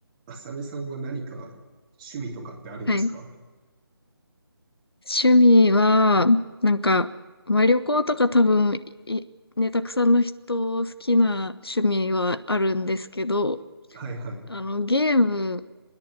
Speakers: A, on the right; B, on the left.
A: あさみさんは何か趣味とかってあるんですか
B: はい。趣味は、なんか、まあ、旅行とか多分、い、ね、たくさんの人好きな趣味はあるんですけど、
A: はいはい。
B: あの、ゲーム